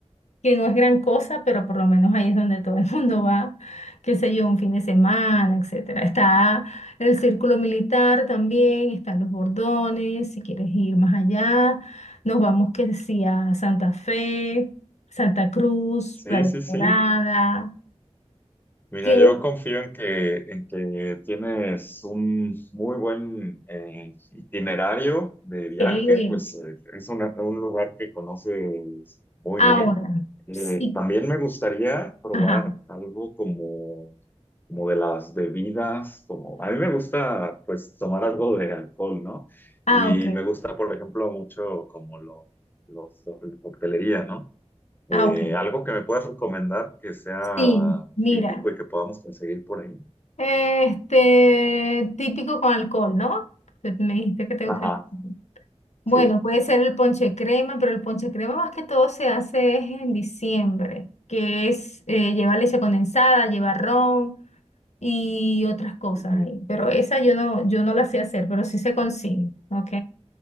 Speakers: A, on the left; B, on the left.
A: que no es gran cosa, pero por lo menos ahí es donde todo el <laughs> mundo va, qué sé yo, un fin de semana, etcétera. Está el círculo militar también, están los bordones, si quieres ir más allá, nos vamos que decía Santa Fe, Santa Cruz,
B: Sí,
A: Playa
B: sí, sí.
A: Dorada,
B: Mira,
A: ¿quieres
B: yo confío en que, en que tienes un muy buen eh, itinerario de viaje,
A: que
B: pues eh, es una- un lugar que conoces muy
A: ahora?
B: bien. Eh,
A: Sí,
B: también me gustaría probar
A: ajá.
B: algo como, como de las bebidas, como a mí me gusta pues tomar algo de alcohol, ¿no?
A: Ah,
B: Y
A: ok.
B: me gusta, por ejemplo, mucho como lo, los, la coctelería, ¿no? Eh,
A: Ah, ok.
B: algo que me puedas recomendar que sea
A: Sí, mira.
B: típico y que podamos conseguir por ahí.
A: Este, típico con alcohol, ¿no? Porque me dijiste que te
B: Ajá,
A: gusta el alcohol.
B: sí,
A: Bueno, puede ser el ponche crema, pero el ponche crema más que todo se hace es en diciembre, que es eh, lleva leche condensada, lleva ron y otras cosas
B: ok.
A: ahí. Pero esa yo no, yo no la sé hacer, pero sí se consigue, ¿ok?